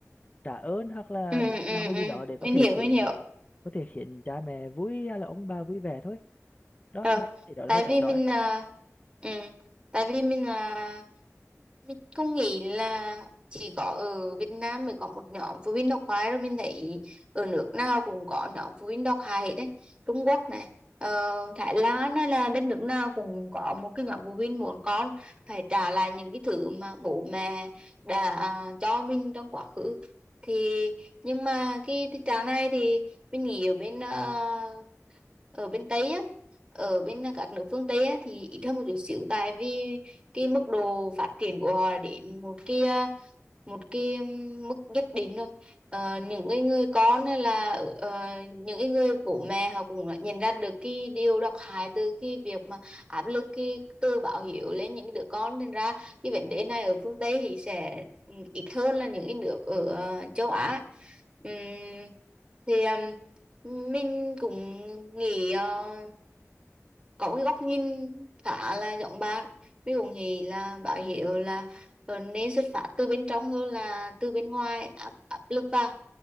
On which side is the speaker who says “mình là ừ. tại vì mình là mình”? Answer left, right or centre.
Right